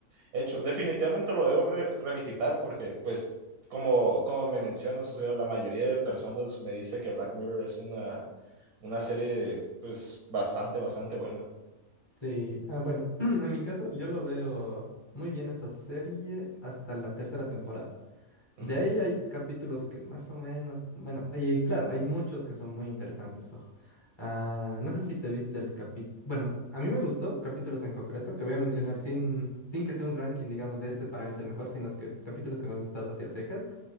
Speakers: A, on the right; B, on the left.
A: hecho. Definitivamente lo debo re- revisitar porque pues como, como me mencionas, o sea, la mayoría de personas me dice que Black Mirror es una, una serie pues bastante, bastante buena.
B: Sí, ah, bueno, <clears throat> en mi caso yo lo veo muy bien esa serie hasta la tercera temporada.
A: Ujú,
B: De ahí hay capítulos que más o menos, bueno, y claro, hay muchos que son muy interesantes, ojo. Ah, no sé si te viste el capítulo, bueno, a mí me gustó capítulos en concreto que voy a mencionar sin, sin que sea un ranking, digamos, de este para mí es el mejor, sino es que capítulos que me han gustado así a secas.